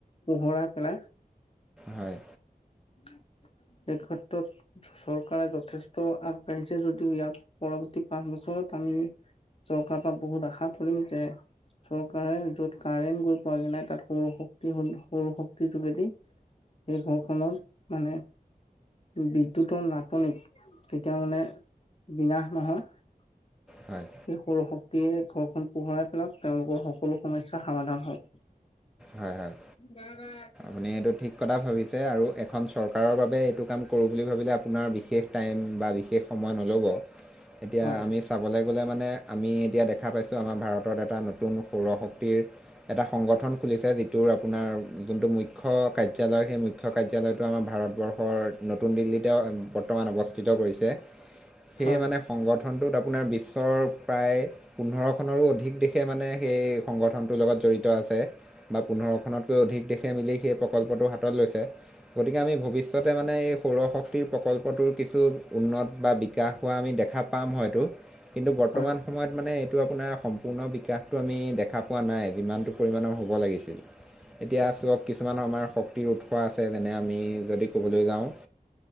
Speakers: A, on the left; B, in the centre.
A: পোহৰাই পেলাই।
B: হয়।
A: উ। এই ক্ষেত্ৰত চৰকাৰে যথেষ্ট আগবাঢ়িছে যদিও ইয়াৰ পৰৱৰ্তী পাঁচ বছৰ আমি চৰকাৰ পৰা বহুত আশা কৰিম যে চৰকাৰে য'ত কাৰেণ্ট গৈ পোৱাগৈ নাই তাত সৌৰ শক্তিসমূহ সৌৰ শক্তিৰ যোগেদি সেই ঘৰখনত মানে বিদ্যুতৰ নাটনিত কেতিয়া মানে বিনাশ নহয় সে
B: হয়
A: সৌৰ শক্তি ৰাতিয়ে ঘৰখন পোহৰাই পেলাওক তেওঁলোকৰ সকলো সমস্যা সমাধান হয়।
B: হয় হয়
A: বা বা।
B: আপুনি এইটো ঠিক কথা ভাবিছে আৰু এখন চৰকাৰৰ বাবে এইটো কাম কৰোঁ বুলি ভাবিলে আপোনাৰ বিশেষ টাইম বা বিশে বিশেষ সময় নল'ব এতিয়া
A: হয়
B: আমি চাবলৈ গ'লে মানে আমি এতিয়া দেখা পাইছোঁ আমাৰ ভাৰতত এটা নতুন সৌৰ শক্তিৰ এটা সংগঠন খুলিছে যিটোৰ আপোনাৰ যোনটো মুখ্য কাৰ্যালয় সেই মুখ্য কাৰ্যালয়টো আমাৰ ভাৰতবৰ্ষৰ নতুন দিল্লীতে বৰ্তমান অৱস্থিত কৰিছে সেই
A: হয়
B: মানে সংগত গঠনটোত আপোনাৰ বিশ্বৰ প্ৰায় পোন্ধৰখনৰো অধিক দেশে মানে সেই সংগঠনটোৰ লগত জড়িত আছে বা পোন্ধৰখনতকৈ অধিক দেশে মিলি সেই প্ৰকল্পটো হাতত লৈছে গতিকে আমি ভৱিষ্যতে মানে সৌৰশক্তিৰ প্ৰকল্পটোৰ কিছু উন্নত বা বিকাশ হোৱা আমি দেখা পাম হয়তো কিন্তু বৰ্তমান
A: হয়
B: সময়ত মানে এইটো আপোনাৰ সম্পূৰ্ণ বিকাশটো আমি দেখা পোৱা নাই যিমানটো পৰিমাণৰ লব লাগিছিল এতিয়া চক কিছুমান আমাৰ শ উৎস আছে যেনে আমি যদি ক'বলৈ যাওঁ।